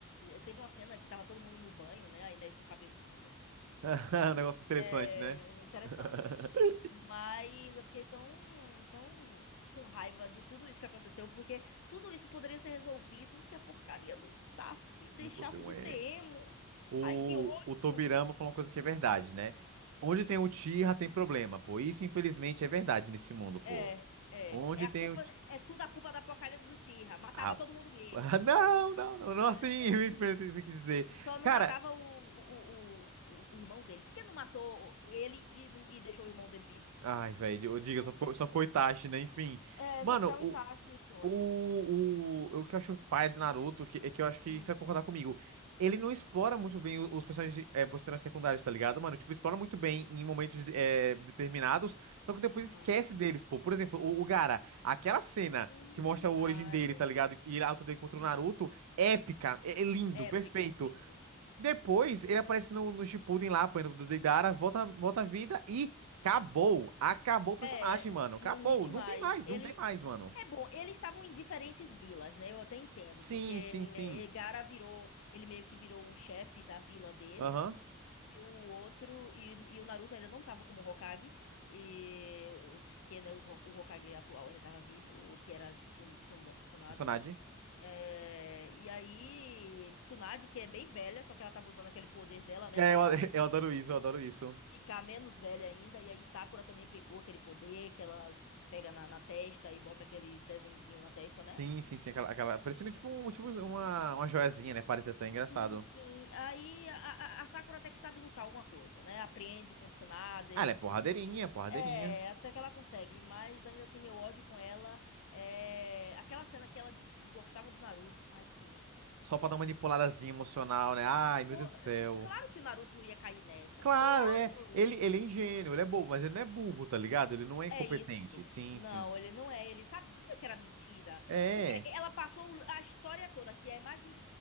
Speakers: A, on the left; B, on the right.
A: teve uma cena que tava todo mundo no banho, né? A Inês com cabelo longo, assim, Inês.
B: <laughs> Um negócio interessante,
A: É,
B: né?
A: interessante.
B: <laughs>
A: Mas eu fiquei tão, tão com raiva de tudo isso que aconteceu, porque tudo isso poderia ser resolvido se a porcaria do Sasuke deixasse
B: Não fosse um
A: de
B: erro.
A: ser emo.
B: O,
A: Ai, que ódio!
B: o Tobirama falou uma coisa que é verdade, né? Onde
A: Hum,
B: tem o Uchiha tem problema, pô. Isso, infelizmente, é verdade nesse mundo, pô.
A: é, é.
B: Onde
A: É a
B: tem
A: culpa,
B: o. Uchi-
A: é tudo a culpa da porcaria dos Uchiha. Matava
B: ah, <laughs>
A: todo mundo mesmo.
B: Ah, Não, não, não, não
A: É,
B: assim, <laughs> enfim, tem que dizer.
A: Só não
B: Cara,
A: matava o, o, o, o, o irmão dele. Por que não matou ele e, não- e deixou o irmão dele vivo?
B: ai, velho, diga,
A: Ai,
B: só ficou, só ficou Itachi, né? Enfim.
A: é,
B: Mano,
A: só ficava
B: o,
A: o Itachi, que ódio.
B: o, o, o que eu acho o pai do Naruto, que, é que eu acho que
A: Hum,
B: isso vai concordar comigo. Ele não explora muito bem o- os personagens, é, personagens secundários, tá ligado, mano? Tipo, explora muito bem em momentos é, determinados, só que depois
A: uhum.
B: esquece deles, pô. Por exemplo, o, o Gaara, aquela cena
A: Hum,
B: que mostra a origem
A: ai,
B: dele, tá ligado? E a luta dele contra
A: sim.
B: o Naruto, épica, é é lindo,
A: Épica,
B: perfeito.
A: lindo.
B: Depois ele aparece no, no Shippuden lá, apanhando do Deidara, volta, volta à vida e acabou. Acabou o personagem,
A: É,
B: mano. Acabou.
A: não existe
B: Não
A: mais.
B: tem mais, não
A: Ele
B: tem mais, mano.
A: é bom, eles estavam em diferentes vilas, né? Eu até entendo,
B: Sim,
A: porque
B: sim, sim.
A: Gara virou, ele meio que virou o chefe da vila dele.
B: Aham.
A: E o outro, e, e o Naruto ainda não tava como Hokage, e, porque né, os Ho- o Hokage atual ainda tava vivo, que era Tsun- Tsunda- Tsunade.
B: Personagem.
A: É, e aí, Tsunade, que é bem velha, só que ela tava usando aquele poder dela, né,
B: É,
A: pra
B: eu, <laughs> eu adoro isso, eu adoro isso.
A: ficar menos velha ainda. E aí, Sakura também pegou aquele poder que ela pega na, na testa e bota aquele desenzinho na testa, né?
B: Sim, sim, sim. Aquela, aquela... Parecendo tipo, um, tipo uma, uma joiazinha, né? Parece até engraçado.
A: Sim, sim. Aí a, a a Sakura até que sabe lutar alguma coisa, né? Aprende com o Tsunade.
B: Ah, ela é porradeirinha, porradeirinha.
A: É, até que ela consegue, mas ainda assim meu ódio com ela é aquela cena que ela disse que gostava do Naruto. Ai, que ódio dela.
B: Só pra dar uma manipuladazinha emocional, né? Ai, meu
A: Pô,
B: Deus do céu.
A: é, claro que o Naruto não ia cair nessa.
B: Claro,
A: Claro.
B: é. Ele, ele é ingênuo, ele é bobo, mas ele não é burro, tá ligado? Ele não é
A: É
B: incompetente.
A: isso.
B: Sim,
A: Não,
B: sim.
A: ele não é. Ele sabia que era mentira.
B: É.
A: Porque ela passou o- a história toda, que é mais de